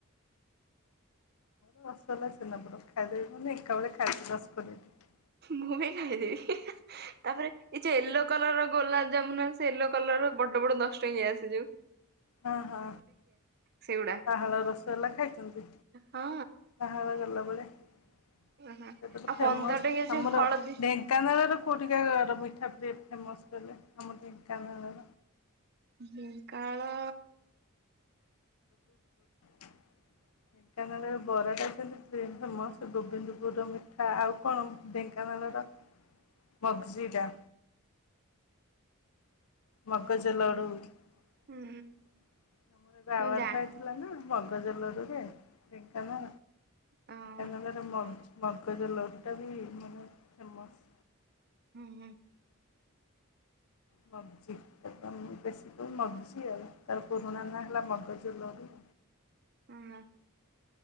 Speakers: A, on the left; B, on the right.
A: ୋ ରସ ଲଲା ସିନାବ ଖାଇଦେବ ମାନେ ଏକା ବଳେ ଖାଇଦବସ କରିଦେବି
B: ମୁଁ ବି ଖାଇଦେବି ତାପରେ ଏ ଯୋଉ ୟେଲୋ କଲର ର ଗୋଲାପ ଜାମୁନ ଆ ସେ ୟେଲୋ କଲର ର ବଡ ବଡ ଦଶ ଟଙ୍କ ଯ ଆସିଯୁ
A: ହଁ ହଁ
B: ସେଗୁଡା
A: ପାହାଳ ରସଗଲା ଖାଇଛନ୍ତି
B: ହଁ
A: ପାହାଳ ଗଲା। ବଲେ ସେଟ
B: ହଁ। ଆଉ
A: ଫେମସ
B: ପନ୍ଦର ଟଙ୍କିଆ ଯୋଉ
A: ଆମର
B: ହଳଦୀ
A: ଢେଙ୍କାନାଳ ର କୋଉଠିକା ମିଠା ପ ସମସ୍ତ ଆମ ଟ କାନ
B: ହୁଁ କଣ?
A: ଢେଙ୍କାନାଳର ବରାଟା ଯେମିତି ଫେମସ ଗୋବିନ୍ଦପୁର ର ମିଠା ଆଉ କଣ ଢେଙ୍କାନାଳର ମଗଜିଟା ମକାଜ ଲଡୁ ଆମର
B: ହୁଁ
A: ଏବେ
B: ମୁଁ
A: ଆୱଡ
B: ଜାଣିନି
A: ତ ଥିଲା ନା। ବଗଜଲୋରୁରେ ବେଙ୍କାନ
B: ହଁ
A: ଟ ନଲେ ର ମଗଜ ଲଟା ବି ମାନେ ଚାମଚ
B: ହୁଁ ହୁଁ।
A: ମଗ୍ଜି ତା ବେଶୀ କ ମଗ୍ଜି ଆଉ ତାର ପୁରୁଣା ନାଁ ହେଲା ମଗଜୁଲରୁ
B: ହୁଁ ହ।